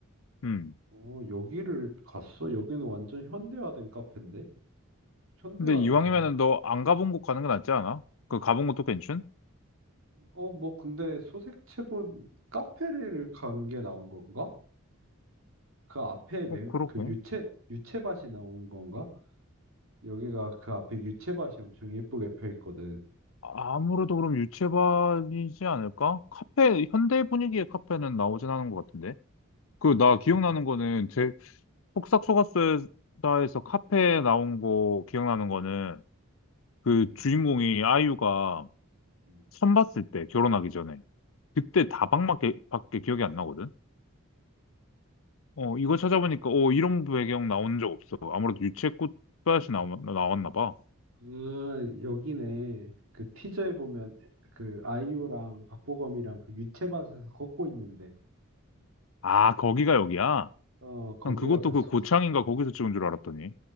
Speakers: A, on the left (about 70°); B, on the right (about 75°).
A: 음.
B: 어, 여기를 갔어? 여기는 완전 현대화된 카페인데? 현대화된
A: 근데 이왕이면은
B: 장르.
A: 너 안 가본 곳 가는 게 낫지 않아? 그 가본 곳도 괜찮?
B: 어, 뭐, 근데 소색채본 카페를 간 게 나온 건가? 그 앞에 매,
A: 어, 그렇게.
B: 그 유채, 유채밭이 나온 건가? 여기가 그 앞에 유채밭이 엄청 예쁘게 펴 있거든.
A: 아무래도 그럼 유채밭이지 않을까? 카페, 현대 분위기의 카페는 나오진 않은 것 같은데. 그,
B: 이게,
A: 나 기억나는 거는, 제, 폭싹 속았수다에서 카페에 나온 거 기억나는 거는, 그
B: 응.
A: 주인공이 아이유가
B: 응.
A: 처음 봤을 때, 결혼하기 전에. 그때 다방밖에 밖에 기억이 안 나거든? 어, 이거 찾아보니까, 어, 이런 배경 나온 적 없어. 아무래도 유채 꽃밭이 나왔 나왔나 봐.
B: 응. 아, 여기네. 그 티저에 보면 그 아이유랑 박보검이랑 그 유채밭에서 걷고 있는데,
A: 아, 거기가 여기야?
B: 어, 거기가
A: 난 그것도
B: 그
A: 그
B: 소,
A: 고창인가 거기서 찍은 줄 알았더니.